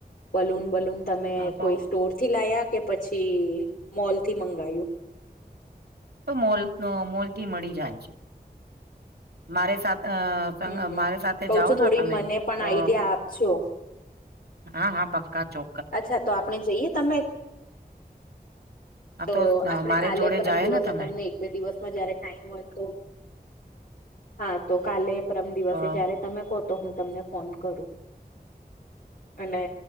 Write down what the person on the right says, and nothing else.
હા તો
મોલ મોલ થી મળી જાય છે. મારે સા
અ
મારી સાથે
જાઓના
તમે
તો
હા-હા પક્કા ચો
હા
મારે
જોડે
જાય
ને તમે
તો